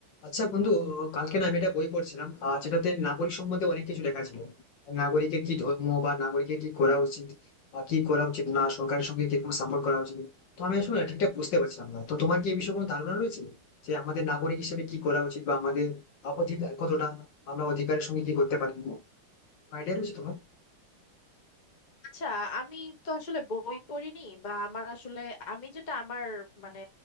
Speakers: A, on the left; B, on the left.
A: আচ্ছা বন্ধু কালকে না আমি একটা বই পড়ছিলাম আহ যেটাতে নাগরিক সম্বন্ধে অনেক কিছু লেখা ছিল নাগরিকের কি ধর্ম বা নাগরিকের কি করা উচিত বা কি করা উচিত না সরকারের সঙ্গে কিরকম সাপোর্ট করা উচিত তো আমি আসলে না ঠিকঠাক বুঝতে পারছিলাম না তো তোমার কি এই বিষয়ে কোনো ধারণা রয়েছে যে আমাদের নাগরিক হিসেবে কি করা উচিত বা আমাদের আহ, অধিকার কতটা আমরা অধিকারের সঙ্গে কি করতে পারি কোনো আইডিয়া রয়েছে তোমার
B: আচ্ছা আমি তো আসলে বই পড়িনি বা আমার আসলে আমি যেটা আমার মানে